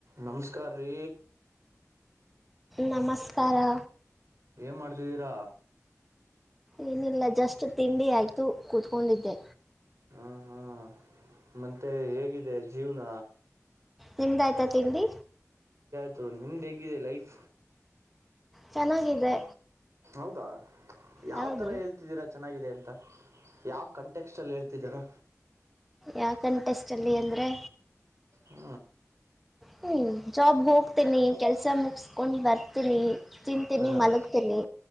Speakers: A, on the right (about 65°); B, in the centre.
A: ನಮಸ್ಕಾರ ರೀ.
B: ನಮಸ್ಕಾರ.
A: ಏನು ಮಾಡ್ತಿದ್ದೀರಾ?
B: ಏನಿಲ್ಲ ಜಸ್ಟ್ ತಿಂಡಿ ಆಯ್ತು, ಕೂತ್ಕೊಂಡಿದ್ದೆ.
A: ಹಾ ಹಾ ಮತ್ತೆ ಹೇಗಿದೆ ಜೀವ್ನ?
B: ನಿಮ್ದಾಯ್ತಾ ತಿಂಡಿ?
A: ಮತ್ತು ನಿಮ್ದೇಗಿದೆ ಲೈಫ್?
B: ಚೆನ್ನಾಗಿದೆ.
A: ಹೌದಾ ಯಾವ್
B: ಹೌದು
A: ತರ ಹೇಳ್ತಿದ್ದೀರಾ ಚೆನ್ನಾಗಿದೆ ಅಂತ. ಯಾವ ಕಂಟೆಕ್ಸ್ಟಲ್ಲಿ ಹೇಳ್ತಿದ್ದೀರಾ?
B: ಯಾವ ಕಂಟೆಸ್ಟಲ್ಲಿ ಅಂದರೆ
A: ಹ್ಮ
B: ಹ್ಮ್ ಜಾಬ್ ಹೋಗ್ತನಿ, ಕೆಲಸ ಮುಗಸ್ಕೊಂಡ್ ಬರ್ತೀನಿ ತಿಂತೀನಿ
A: ಹಾಂ
B: ಮಲಗ್ತೀನಿ,